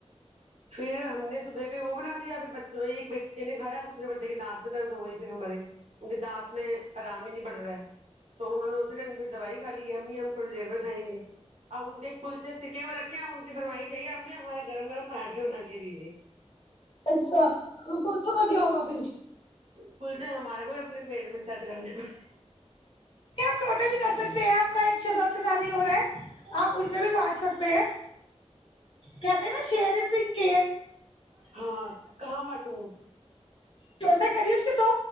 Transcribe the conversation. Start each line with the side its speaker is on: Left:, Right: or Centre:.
Right: پھر ہم نے صبح پہ وہ بنا دیا پھر بچ ایک بیٹے نے کھایا دوسرے بچے کے دانت میں درد ہو گئی پھر ہمارے کی کے دانت میں آرام ہی نہیں پڑ رہا ہے تو انہوں نے اسی ٹائم پھر دوائی کا لی ہے ہممی ہم تھوڑی دیر میں کائیں گے اور ان کے کلچے سکے ہوئے رکھے ہیں فرمائی چاہیے ا ہممی آ ہمارے گرم گم پراٹھے بنا کے دیجے
Left: اچھا تو کون سو گٹے ہوگا پھر
Right: کلچے ہمارے کوئی اپنے پیٹ میں سیٹ کرنے پڑتے
Left: کیا آپ ٹوٹے بھی کر سکتے ہیں آپ کا ایک شد شد بھی ہو رہا ہے آپ ان میں بھی بانٹ سکتے ہیں کہتے ہیں نا شرزئرگ
Right: ہاں کہاں بٹوں
Left: چھوٹا کریس کہ تو